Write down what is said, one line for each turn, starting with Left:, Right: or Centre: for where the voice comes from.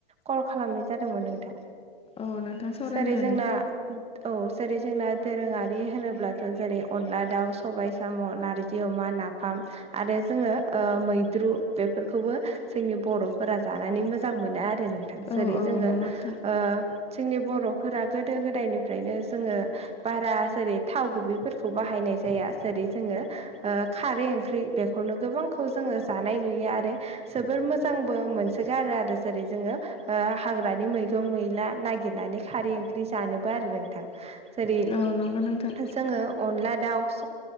Right: कल खालामनाय जादोंमोन नोंथां
Left: औ नोंथां सावरायनो
Right: सोरै
Left: हागोन
Right: जोंना औ जेरै जोंना दोरोङारि होनोब्लाथ' जेरै अनला दाउ सबाय साम' नारजि अमान नाफाम आरो जोङो ओ मैद्रु बेफोरखौबो जोंनि बर'फोरा जानानै मोजां मोनो आरो नोंथां
Left: औ
Right: जोरै
Left: औ
Right: जोङो
Left: नंगौ नोंथां
Right: ओ जोंनि बर'फोरा गोदो गोदायनिफ्रायनो जोङो बारा जेरै थाव गुबैफोरखौ बाहायनाय जाया जेरै जोङो खारै ओंख्रि बेखौनो गोबांखौ जोङो जानाय नुयो आरो जोबोर मोजांबो मोनसोगारो आरो जेरै जोङो हाग्रानि मैगं मैला नागिरनानै खारै ओंख्रि जानोबो आरो नोंथां। जेरै
Left: औ नंगौ नोंथां
Right: जोङो अनला दाउं